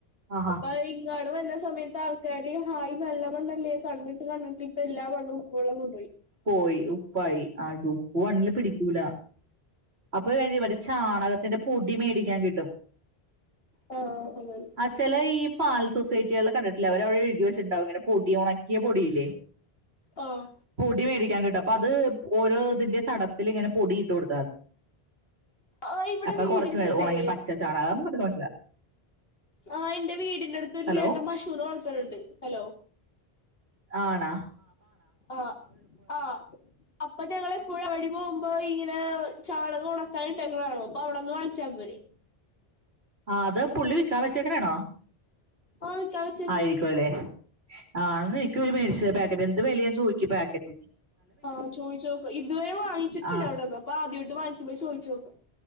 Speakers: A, on the right; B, on the left.
A: ആഹാ
B: അപ്പൊ ഇങ്ങാട് വന്ന സമയ ആൾക്കാരി ഹായ് നല്ല മണ്ണല്ലേ കണ്ണ്ട്ട് കണ്ണ് ട്ട് ഇപ്പ എല്ലാ മണ്ണും ഉപ്പ് വെള്ളം കൊണ്ടുപോയി
A: പോയി ഉപ്പായി ആഹ് ഉപ്പ് വണ്ണില് പിടിക്കൂല അപ്പൊ ഒരു കാര്യം ചെയ്യ്‌ മറ്റേ ചാണകത്തിന്റെ പൊടി മേടിക്കാൻ കിട്ടും
B: ആഹ് അങ്ങനെ
A: <unintelligible> ചില ഈ പാൽ സൊസൈറ്റികൾ കണ്ടിട്ടിലേ അവര് അവടെ എഴുതി വച്ചിട്ടുണ്ടാവും ഇങ്ങനെ പൊടി ഒണക്കിയ പൊടില്ലേ
B: ആഹ്
A: പൊടി മേടിക്കാൻ കിട്ടും അപ്പൊ അത് ഓരോ ഇതിന്റെ തടത്തിൽ ഇങ്ങനെ പൊടി ഇട്ടു കൊടുത്താ തി
B: ആഹ് ഇവിടെ
A: അപ്പൊ
B: വീടിന്റെ
A: കൊറച്ചു വേൾ
B: അടുത്തേ
A: ഉണങ്ങി പച്ച ചാണകം <unintelligible> പറ്റില്ല
B: ആഹ് എന്റെ വീടിന്റെ അടുത്ത് ഒരു
A: ഹലോ
B: ചേട്ടൻ പശൂന വളർത്തണംണ്ട് ഹലോ
A: ആഹ്ണ
B: ആഹ് ആഹ് അപ്പൊ ഞങ്ങൾ എപ്പോഴും വഴി പോകുമ്പോ ഇങ്ങനെ ചാണകം ഉണക്കാനിട്ടേക്ക്ണ കാണു അപ്പൊ അവിടെന്ന് വാങ്ങിച്ചാ പോരെ
A: ആഹ് അത് പുള്ളി വിക്കാൻ വെച്ചേക്കനാണോ
B: ആഹ് വിക്കാൻ വെച്ചേക്കണ്
A: ആയിരിക്കല്ലെ <unintelligible> ന്ന് എനിക്കൊരു മേടിച്ച പാക്കറ്റ് എന്ത് വിലിയാൻ ചോദിക്കും പാക്കറ്റ്
B: ആഹ് ചോയിച്ചു നോക് ഇതുവരെ വാങ്ങിച്ചിട്ടില്ല
A: ആ
B: അവിടെന്ന് അപ്പ ആദ്യട്ട് വാങ്ങിക്കുമ്പോ ചോദിച്ചു നോക്